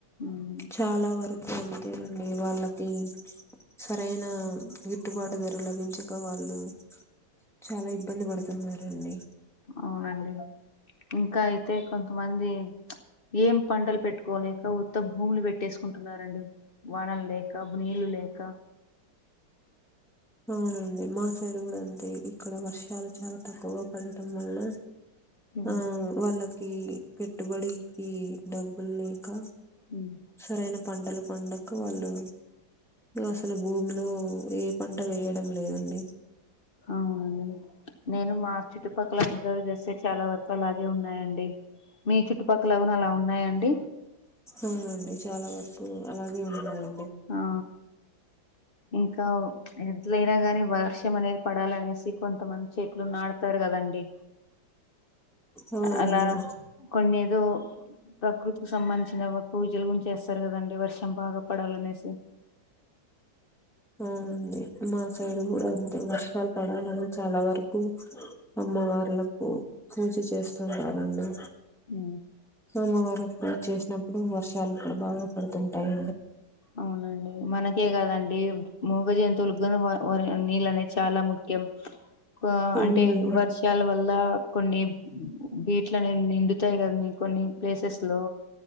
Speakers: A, on the left; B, in the centre.
A: ఉమ్,
B: చాలా వరకు అంతేనండి ఇ వాళ్ళకి సరైన గిట్టుబాటు ధర లభించక వాళ్ళు చాలా ఇబ్బంది పడుతున్నారండి.
A: అవునండి ఇంకా అయితే కొంతమంది ఏం పంటలు పెట్టుకోలేక ఉత్త భూములు పెట్టేసుకుంటున్నారండి వనం లేక బు నీళ్లు లేక
B: అవునండి మా సైడ్ కూడా అంతె ఇక్కడ వర్షాలు చాలా తక్కువగా పడటం వల్ల
A: ఉమ్,
B: ఆ వాళ్ళకి పెట్టుబడికి డబ్బులు లేక
A: ఉమ్.
B: సరైన పంటలు పండక వాళ్ళు అసలు భూమిలో ఏ పంట వేయడం లేదండి
A: అవునండి నేను మా చుట్టుపక్కల అబ్జర్వ్ చేస్తే చాలా వరకు అలాగే ఉన్నాయండి మీ చుట్టుపక్కల కూడా అలా ఉన్నాయండి
B: అవునండి చాలా వరకు అలాగే ఉన్నాయండి
A: ఆ ఇంకా ఎట్లయినా గాని వర్షం అనేది పడాలనేసి కొంతమంది చేట్లు నాడతారు కదండి
B: అవునండి
A: అలా కొన్ని ఏదో ప్రకృతికి సంబంధించిన పూజలు గురించి చేస్తారు కదండి వర్షం బాగా పడాలనేసి
B: అవునండీ మా సైడ్ కూడా ఉంది వర్షాలు పడాలని చాలా వరకు అమ్మవార్లకూ పూజ చేస్తుంటారండి
A: ఊ
B: సోమవారం కూడా చేసినప్పుడు వర్షాలు ఇక్కడ బాగా పడుతుంటాయి
A: అవునండి మనకే కాదండి మూగ జంతువులు గాని వరి నీళ్ళు అనేది చాలా ముఖ్యం కూ
B: అవునండి
A: అంటే వర్ష వర్షల వల్ల కొన్ని వీట్లనే నిండుతాయి కదండి కొన్ని ప్లేసెస్ లో